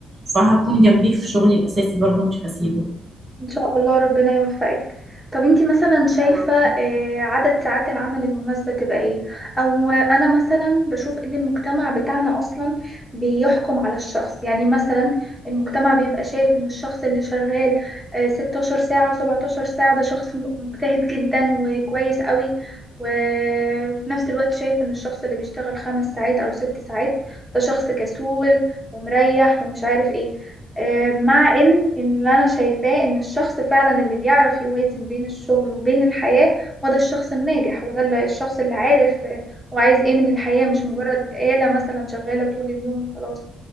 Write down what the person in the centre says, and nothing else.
ان شاء الله ربنا يوفقك طب انتي مثلا شايفة
آه، عدد ساعات العمل المناسبة تبقى ايه او انا مثلا بشوف ان المجتمع بتاعنا اصلا بيحكم على الشخص يعني مثلا المجتمع بيبقى شايف ان الشخص اللي شغال آه، 16 ساعة و17 ساعة ده شخص م- مجتهد جدا وكويس قوي و- وفي نفس الوقت شايف ان الشخص اللي بيشتغل خمس ساعات او ست ساعات ده شخص كسول ومريح ومش عارف ايه آه، مع ان ان اللي انا شايفاه ان الشخص فعلا اللي بيعرف يوازن بين الشغل وبين الحياة هو ده الشخص الناجح هو ده اللي- الشخص اللي عارف آه، هو عايز ايه من الحياة مش مجرد آلة مثلا شغالة طول اليوم وخلاص